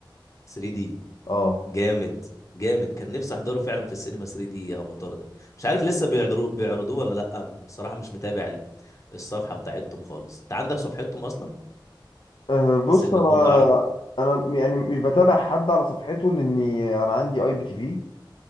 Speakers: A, on the left; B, on the left.
A: 3 دي
B: اه
A: جامد جامد كان نفسي احضره فعلا في السينما 3 دي يا افاتار ده مش عارف لسه بيعرضوه بيعرضوه ولا لا بصراحة مش متابع ال- الصفحة بتاعتهم خالص انت عندك صفحتهم اصلا
B: أه، بص
A: سينما
B: انا
A: مول العرب
B: انا يعني مش بتابع حد على صفحته لاني انا عندي اي بي تي في